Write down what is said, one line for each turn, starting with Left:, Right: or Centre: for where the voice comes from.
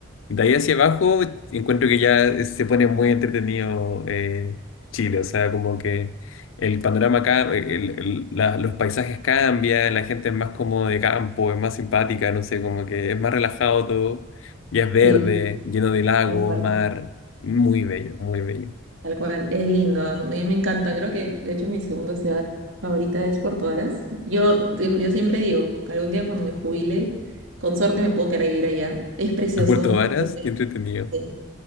Left: de ahí hacia abajo encuentro que ya eh, se pone muy entretenido eh, Chile, o sea, como que el panorama acá, los paisajes cambian, la gente es más como de campo, es más simpática, no sé, como que es más relajado todo, ya es verde,
Right: sí,
Left: lleno de lagos,
Right: tal cual,
Left: mar, muy bello, muy bello.
Right: tal cual. Es lindo, ¿no? a mí me encanta. Creo que, de hecho, mi segunda ciudad favorita es Puerto Varas. Yo, digo- yo siempre digo, como que algún día cuando me jubile, con suerte me puedo quedar a vivir allá. Es precioso,
Left: A Puerto
Right: me
Left: Varas,
Right: parece.
Left: qué entretenido.
Right: sí.